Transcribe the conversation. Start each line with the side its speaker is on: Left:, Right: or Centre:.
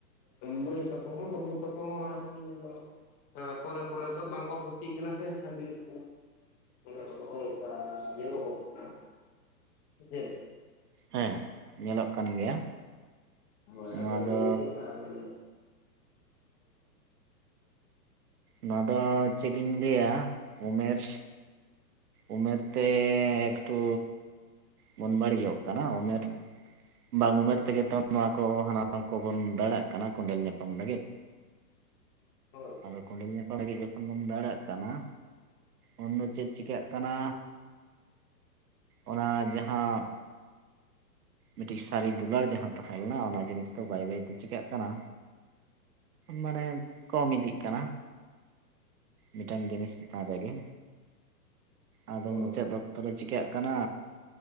Left: ᱵᱟᱹᱭ ᱛᱟᱠᱚ ᱦᱚᱸ ᱵᱟᱹᱵᱩ ᱛᱟᱠᱚ ᱦᱚᱸ ᱟᱨᱠᱤ ᱟᱫᱚ ᱦᱚ ᱯᱚᱨᱮ ᱯᱚᱨᱮ ᱫᱚ ᱵᱟᱝᱠᱚ ᱠᱩᱥᱤ ᱠᱟᱱᱟ ᱥᱮ ᱚᱱᱟ <inaudible> ᱫᱚ ᱱᱚᱜᱚ ᱱᱚᱝᱠᱟ ᱧᱮᱞᱚᱜᱚᱜ ᱠᱟᱱᱟ ᱥᱮ ᱪᱮᱫ ᱞᱮᱠᱟ
Right: ᱦᱮᱸ ᱧᱮᱞᱚᱜ ᱠᱟᱱ ᱜᱮᱭᱟ
Left: ᱦᱳᱭ
Right: ᱱᱚᱣᱟ
Left: ᱟᱫᱚ
Right: ᱫᱚ
Left: ᱞᱤᱧ ᱞᱟᱹᱭ ᱮᱫᱟ ᱢᱟᱱᱮ <inaudible>
Right: ᱱᱚᱣᱟ ᱫᱚ ᱪᱮᱫ ᱤᱧ ᱞᱟᱹᱭᱟ ᱩᱢᱮᱨ ᱩᱢᱮᱨ ᱛᱮ ᱮᱠᱴᱩ ᱵᱚᱱ ᱵᱟᱹᱲᱤᱡᱚᱜ ᱠᱟᱱᱟ ᱩᱢᱮᱨ ᱵᱟᱝ ᱩᱢᱮᱨ ᱛᱮᱜᱮ ᱛᱚ ᱱᱚᱣᱟ ᱠᱚ ᱦᱟᱱᱟ ᱠᱚᱵᱚᱱ ᱫᱟᱹᱲᱟᱜ ᱠᱟᱱᱟ ᱠᱚᱸᱰᱮᱞ ᱧᱟᱯᱟᱢ ᱞᱟᱹᱜᱤᱫ᱾
Left: ᱦᱳᱭ
Right: ᱟᱫᱚ ᱠᱚᱸᱰᱮᱞ ᱧᱟᱯᱟᱢ ᱞᱟᱹᱜᱤᱫ ᱡᱚᱠᱷᱚᱱ ᱵᱚᱱ ᱫᱟᱹᱲᱟᱜ ᱠᱟᱱᱟ ᱩᱱ ᱫᱚ ᱪᱮᱫ ᱪᱤᱠᱟᱹᱜ ᱠᱟᱱᱟ ᱚᱱᱟ ᱡᱟᱦᱟᱸ ᱢᱤᱫ ᱴᱤᱡ ᱥᱟᱹᱨᱤ ᱫᱩᱞᱟᱹᱲ ᱡᱟᱦᱟᱸ ᱛᱟᱦᱮᱸ ᱞᱮᱱᱟ ᱚᱱᱟ ᱡᱤᱱᱤᱥ ᱫᱚ ᱵᱟᱹᱭ ᱵᱟᱹᱭ ᱛᱮ ᱪᱤᱠᱟᱹᱜ ᱠᱟᱱᱟ, ᱢᱟᱱᱮ ᱠᱚᱢ ᱤᱫᱤᱜ ᱠᱟᱱᱟ ᱢᱤᱫᱴᱟᱝ ᱡᱤᱱᱤᱥ ᱪᱮᱛᱟᱱ ᱨᱮᱜᱮ ᱟᱫᱚ
Left: ᱦᱳᱭ
Right: ᱢᱩᱪᱟᱹᱫ ᱚᱠᱛᱚᱨᱮ ᱪᱤᱠᱟᱹᱜ ᱠᱟᱱᱟ